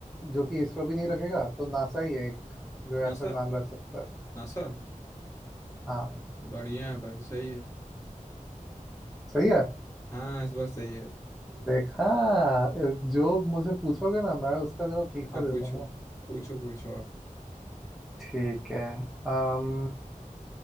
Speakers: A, in the centre; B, on the left (about 20°).
A: जो कि इसरो भी नहीं रखेगा तो नासा ही है एक जो
B: नासा
A: ऐसा नाम रख सकता है
B: नासा
A: हाँ
B: बढ़िया है भाई सही है
A: सही है
B: हाँ इस बार सही है
A: देखा जो मुझे पूछोगे ना मैं उसका जवाब ठीक से
B: आप
A: दे
B: पूछो
A: पाऊंगा
B: पूछो पूछो आप
A: ठीक है अम